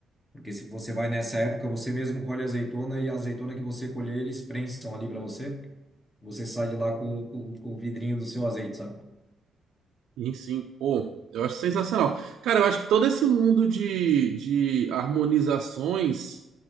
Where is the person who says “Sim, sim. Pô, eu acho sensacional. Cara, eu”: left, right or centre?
Right